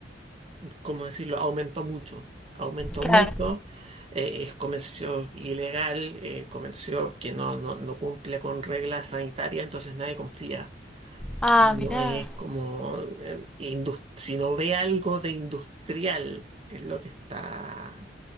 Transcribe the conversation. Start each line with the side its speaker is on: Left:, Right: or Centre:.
Right: ¿cómo decirlo?, aumentó mucho. Aumentó
Centre: claro.
Right: mucho, eh, es comercio ilegal, eh, comercio que no, no, no cumple con reglas sanitarias, entonces nadie confía. Si
Centre: Ah,
Right: no
Centre: mira,
Right: es como, eh, indus- si no ve algo de industrial en lo que está